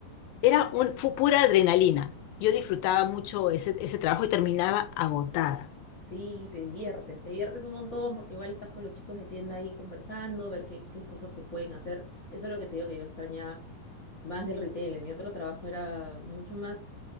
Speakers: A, on the left (about 80°); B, on the left (about 40°).
A: Era un, fu- pura adrenalina. Yo disfrutaba mucho ese, ese trabajo y terminaba agotada.
B: Sí, te diviertes, te diviertes un montón porque igual estás con los chicos de tienda ahí conversando, ver qué, qué cosas se pueden hacer. Eso es lo que te digo que yo extrañaba más del retail. En mi otro trabajo era mucho más